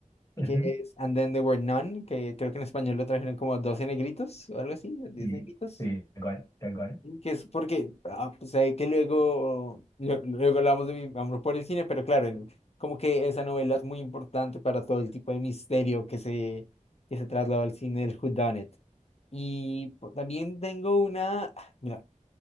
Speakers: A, on the left; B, on the left.
A: Ujú.
B: que es And Then There Were None, que creo que en español lo trajeron como 12 negritos o algo así, diez
A: Sí,
B: negritos.
A: sí, tal cual, tal cual.
B: Que es porque, ah, pues hay que luego, lo- luego hablamos de mi amor por el cine, pero claro, el- como que esa novela es muy importante para todo el tipo de misterio que se, que se trasladó al cine del whodunit. Y po- también tengo una, ah, mira,